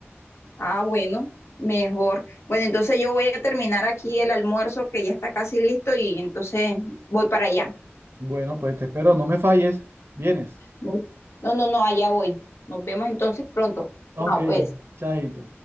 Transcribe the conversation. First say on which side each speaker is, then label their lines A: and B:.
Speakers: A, on the left; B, on the right.
A: Ah, bueno, mejor. Bueno, entonces yo voy a terminar aquí el almuerzo que ya está casi listo y entonces voy para allá.
B: Bueno, pues te espero, no me falles, vienes.
A: No, no, no, no, allá voy. Nos vemos entonces pronto. Chao,
B: Ok,
A: pues.
B: chaito.